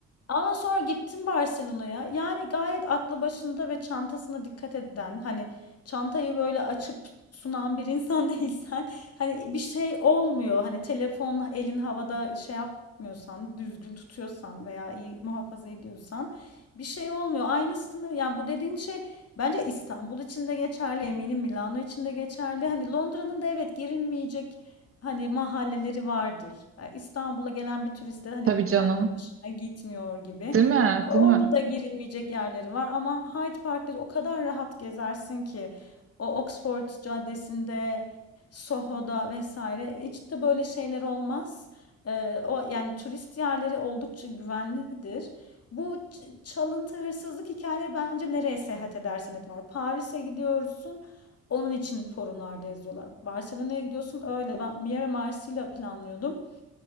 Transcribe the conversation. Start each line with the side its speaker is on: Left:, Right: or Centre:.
Left: Ama sonra gittim Barcelona'ya. Yani gayet aklı başında ve çantasına dikkat eden, hani çantayı böyle açıp sunan bir insan <laughs> değilsen, hani bir şey olmuyor. Hani telefon elin havada şey yapmıyorsan, düzgün tutuyorsan veya iyi muhafaza ediyorsan bir şey olmuyor. Aynısını yani bu dediğin şey bence İstanbul için de geçerli, eminim Milano için de geçerli. Hani Londra'nın da evet girilmeyecek Hani mahalleleri vardır. E, İstanbul'a gelen bir turist de hani
Right: Tabii canım.
Left: tarla başına gitmiyor gibi.
Right: Değil mi?
Left: O- Orada
Right: Değil mi?
Left: da girilmeyecek yerleri var ama Hyde Park'ta o kadar rahat gezersin ki o Oxford Caddesi'nde, Soho'da vesaire hiç de böyle şeyler olmaz. E, o yani turist yerleri oldukça güvenlidir. Bu ç- çalıntı, hırsızlık hikayeleri bence nereye seyahat edersen et var. Paris'e gidiyorsun. Onun için forumlarda yazıyorlar. Barcelona'ya gidiyorsun öyle. Ben Miera Marsilya planlıyordum.